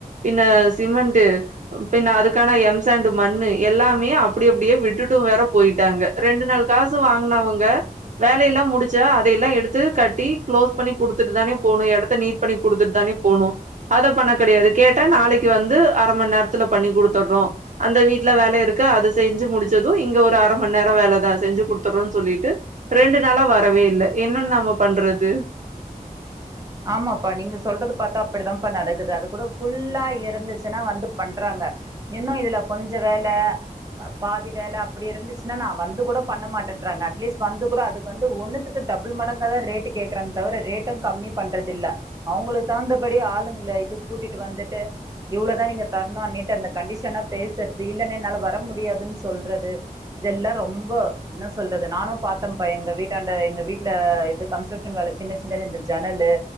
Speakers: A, on the right; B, on the right.
A: பின்ன சிமிண்ட்டு பின்ன அதுக்கான எம் ஸாண்டு மண்ணு எல்லா மே அப்டி அப்டியே விட்டுட்டு வேற போயிட்டாங்க ரெண்டு நாள் காசு வாங்கினவங்க வேல எல்லா முடிச்சா அதையெல்லா எடுத்து கட்டி க்ளோஸ் பண்ணி குடுத்துட்டு தானே போணு எடத்த நீட் பண்ணி குடுத்துட்டு தானே போணு அத பண்ண கடையாது கேட்ட நாளைக்கு வந்து அர மண் நேரத்துல பண்ணி குடுத்துறோ அந்த வீட்டுல வேல இருக் <unintelligible> அத செஞ்சு முடிச்சது இங்க ஒரு அர மண் நேரோ வேலதா செஞ்சு குடுத்துறன்னு சொல்லிட்டு ரெண்டு நாளா வரவே இல்ல என்னன்னு நாம பண்றது
B: ஆமாப்பா நீங்க சொல்றது பாத்தா அப்டித்தான்ப்பா நடக்குது அது கூட ஃபுல்லா இருந்துச்சுன்னா வந்து பண்றாங்க இன்னோ இதுல கொஞ்ச வேல பாதி வேல அப்டி இருந்துச்சுன்னா நா வந்து கூட பண்ண மாட்டேன்றாங்க அட்லீஸ்ட் வந்து கூட அது வந்து ஒன்னுத்துக்கு டபுள் மடங்கா தா ரேட்டு கேக்குறாங்க தவர ரேட்டு கம்மி பண்றதில்ல அவுங்களுக்கு தகுந்தபடி ஆளுங்கள இது கூட்டிட்டு வந்துட்டு இவ்வளவுதா நீங்க தர்ணு அன்னிட்டு அந்த கண்டிஷனா பேசுறது இல்லேன்னா என்னால வர முடியாதுன்னு சொல்றது இதெல்லா ரொம்போ இன்ன சொல்றது நானு பாத்தேன்ப்பா எங்க வீட்டாண்ட எங்க வீட்ல இது கன்ஸ்ட்ரக்ஷன் வேல சின்ன சின்னது இந்த ஜன்னலு